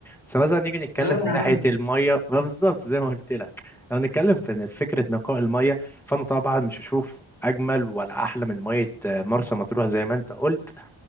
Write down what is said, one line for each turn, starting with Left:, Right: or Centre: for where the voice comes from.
Centre: بس مثلا نيجي نتكلم
Left: اه
Centre: في
Left: يا
Centre: ناحية
Left: عم
Centre: المية ما بالظبط زي ما قلت لك لو نتكلم في فكرة نقاء المية فانا طبعا مش هشوف اجمل ولا احلى من ميه مرسى مطروح زي ما انت قلت